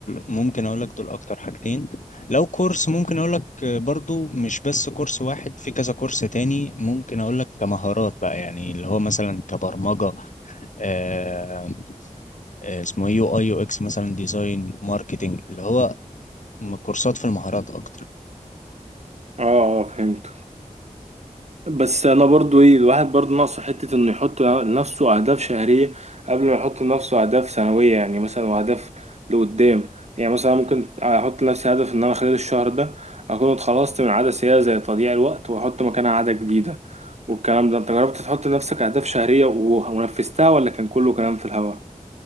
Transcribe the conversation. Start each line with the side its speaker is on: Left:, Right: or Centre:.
Left: ممكن اقول لك دول اكتر حاجتين لو كورس ممكن اقول لك برضو مش بس كورس واحد في كذا كورس تاني ممكن اقول لك كمهارات بقى يعني اللي هو مثلا كبرمجة آه آه، اسمه إيه، يو اي يو اكس مثلا ديزاين ماركتنج اللي هو م- كورسات في المهارات اكتر
Right: اه اه فهمت بس انا برضو ايه الواحد برضو ناقصه حته انه يحط لنفسه اهداف شهريه قبل ما يحط لنفسه اهداف سنويه يعني مثلا واهداف لقدام يعني مثلا ممكن احط لنفسي هدف ان انا خلال الشهر ده اكون اتخلصت من عاده سيئه زي تضييع الوقت واحط مكانها عاده جديده والكلام ده انت جربت تحط لنفسك اهداف شهريه و- ونفذتها ولا كان كله كلام في الهوا